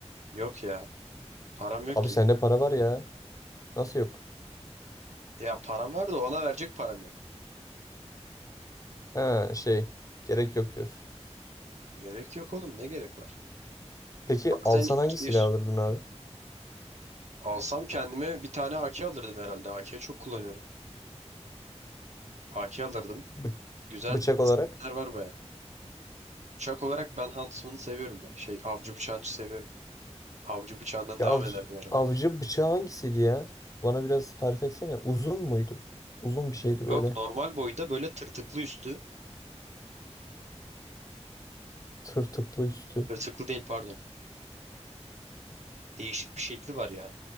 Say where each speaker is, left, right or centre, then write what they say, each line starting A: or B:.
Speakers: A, on the right (about 80°); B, on the left (about 30°).
A: Yok ya. Param yok
B: Abi
A: ki.
B: sende para var ya. Nasıl yok?
A: Ya param var da ona verecek param yok.
B: Ha şey. Gerek yok diyorsun.
A: Gerek yok oğlum. Ne gerek var?
B: Peki
A: Ama
B: alsan
A: senin 200
B: hangi silah alırdın abi?
A: alsam kendime bir tane AK alırdım herhalde. AK çok kullanıyorum. AK alırdım.
B: Bı-
A: Güzel
B: bıçak olarak.
A: skinler var baya. Bıçak olarak ben Huntsman'ı seviyorum ya. Şey avcı bıçağını seviyorum. Avcı bıçağından
B: Ya
A: devam
B: avcı,
A: ederdim herhalde.
B: avcı bıçağı hangisiydi ya? Bana biraz tarif etsene. Uzun muydu? Uzun bir şeydi böyle.
A: Yok normal boyda böyle tırtıklı üstü.
B: Tırtıklı üstü.
A: Tırtıklı değil pardon. Değişik bir şekli var ya.